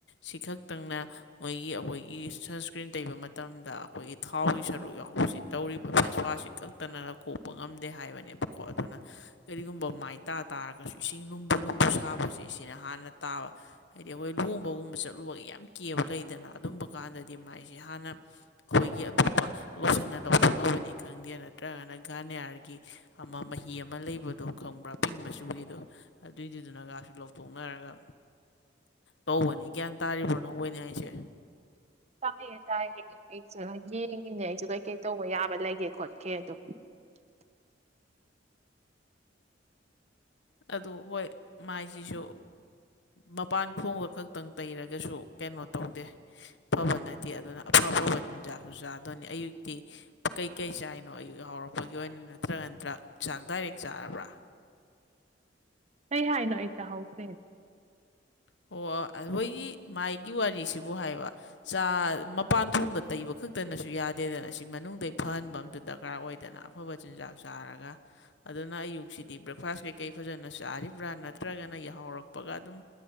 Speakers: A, on the left; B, on the right.
A: ꯁꯤꯈꯛꯇꯪꯅ ꯃꯣꯏꯒꯤ ꯑꯩꯈꯣꯏꯒꯤ ꯁꯟꯁꯀ꯭ꯔꯤꯟ ꯇꯩꯕ ꯃꯇꯝꯗ ꯑꯩꯈꯣꯏꯒꯤ ꯊꯥꯎꯒꯤ ꯁꯔꯨꯛ ꯌꯥꯎꯕꯁꯤ ꯇꯧꯔꯤꯕ ꯐꯦꯁꯋꯥꯁꯁꯤ ꯀꯛꯇꯅꯅ ꯀꯣꯛꯄ ꯉꯝꯗꯦ ꯍꯥꯏꯕꯅꯦꯕꯀꯣ ꯑꯗꯨꯅ ꯀꯔꯤꯒꯨꯝꯕ ꯃꯥꯏ ꯇꯥ ꯇꯥꯔꯒꯁꯨ ꯏꯁꯤꯡ ꯂꯨꯝꯕꯨ ꯂꯨꯝꯕꯨ ꯁꯥꯕꯁꯦ ꯁꯤꯅ ꯍꯥꯟꯅ ꯇꯥꯕ ꯍꯥꯏꯗꯤ ꯑꯩꯈꯣꯏ ꯂꯨꯍꯣꯡꯕꯒꯨꯝꯕ ꯆꯠꯂꯨꯕꯒꯤ ꯌꯥꯝ ꯀꯦꯕ ꯂꯩꯗꯅ ꯑꯗꯨꯝꯕ ꯀꯥꯟꯗꯗꯤ ꯃꯥꯏꯁꯦ ꯍꯥꯟꯅ ꯑꯩꯈꯣꯏꯒꯤ ꯑꯇꯣꯞꯄ ꯂꯣꯁꯟꯅ ꯂꯧꯊꯣꯛꯅꯕꯅꯤ ꯈꯪꯗꯦ ꯅꯠꯇ꯭ꯔꯒꯅ ꯒꯥꯔꯅꯤꯌꯥꯔꯒꯤ ꯑꯃ ꯍꯤ ꯑꯃ ꯂꯩꯕꯗꯣ ꯈꯪꯕ꯭ꯔꯥ ꯄꯤꯡ ꯃꯆꯨꯒꯤꯗꯣ ꯑꯗꯨꯏꯗꯨꯗꯨꯅꯒꯁꯨ ꯂꯧꯊꯣꯛꯅꯔꯒ ꯇꯧꯕꯅꯤ ꯒ꯭ꯌꯥꯟ ꯇꯥꯔꯤꯕ꯭ꯔꯣ ꯅꯪ ꯑꯣꯏꯅꯤ ꯍꯥꯏꯁꯦ
B: ꯇꯥꯏꯌꯦ ꯇꯥꯏꯌꯦ ꯑꯩꯁꯨ ꯌꯦꯡꯉꯤꯅꯦ ꯑꯩꯁꯨ ꯀꯩꯀꯩ ꯇꯧꯕ ꯌꯥꯕ ꯂꯩꯒꯦ ꯈꯣꯠꯀꯦ ꯑꯗꯣ <unintelligible>
A: ꯑꯗꯨ ꯍꯣꯏ ꯃꯥꯏꯁꯤꯁꯨ ꯃꯄꯥꯟ ꯈꯣꯡꯗ ꯈꯛꯇꯪ ꯇꯩꯔꯒꯁꯨ ꯀꯩꯅꯣ ꯇꯧꯗꯦ ꯐꯕꯅꯠꯇꯦ ꯑꯗꯨꯅ ꯑ ꯑꯐꯕ ꯆꯤꯟꯖꯥꯛꯁꯨ ꯆꯥꯗꯣꯏꯅꯤ ꯑꯌꯨꯛꯇꯤ ꯀꯩ ꯀꯩ ꯆꯥꯏꯅꯣ ꯑꯌꯨꯛ ꯍꯧꯔꯛꯄꯒꯤ ꯑꯣꯏꯅ ꯅꯠꯇ꯭ꯔꯒ ꯅꯠꯇ꯭ꯔꯒ ꯆꯥꯛ ꯗꯥꯏꯔꯦꯛ ꯆꯥꯔꯕ꯭ꯔꯥ
B: ꯀꯩ ꯍꯥꯏꯅꯣ ꯑꯩ ꯆꯥꯍꯧꯗ꯭ꯔꯦ
A: ꯑꯣ ꯑꯣ ꯑꯩꯈꯣꯏꯒꯤ ꯃꯥꯏꯒꯤ ꯋꯥꯔꯤꯁꯤꯕꯨ ꯍꯥꯏꯕ ꯆꯥ ꯃꯄꯥꯟ ꯊꯣꯡꯗ ꯇꯩꯕꯈꯛ ꯈꯛꯇꯅꯁꯨ ꯌꯥꯗꯦꯗꯅ ꯁꯤ ꯃꯅꯨꯡꯗ ꯐꯍꯟꯕ ꯑꯝꯇ ꯗꯔꯀꯥꯔ ꯑꯣꯏꯗꯅ ꯑꯐꯕ ꯆꯤꯟꯖꯥꯛ ꯆꯥꯔꯒ ꯑꯗꯨꯅ ꯑꯌꯨꯛꯁꯤꯗꯤ ꯕ꯭ꯔꯦꯛꯐꯥꯁ ꯀꯩꯀꯩ ꯐꯖꯅ ꯆꯥꯔꯤꯕ꯭ꯔꯥ ꯅꯠꯇ꯭ꯔꯒꯅ ꯌꯥꯍꯧꯔꯛꯄꯒ ꯑꯗꯨꯝ